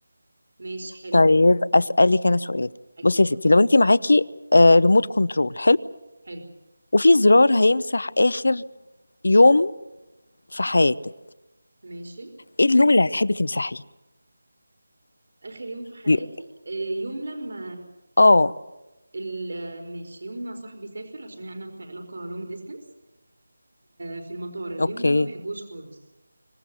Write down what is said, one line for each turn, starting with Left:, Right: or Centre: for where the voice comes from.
Right: ماشي حلو
Left: طيب اسألك انا سؤال
Right: اكيد
Left: بصي يا ستي لو انتي معاكي ريموت كنترول
Right: حلو
Left: وفي زرار هيمسح آخر يوم في حياتك
Right: ماشي
Left: ايه اليوم اللي هتحبي تمسحيه
Right: اخر يوم في حياتي
Left: ي-
Right: آه، يوم لما
Left: اه
Right: ال... آه، ماشي يوم ما صاحبي سافر عشان انا في علاقة لونج ديستنس في المطار اليوم
Left: اوكي
Right: ده ما بحبوش خالص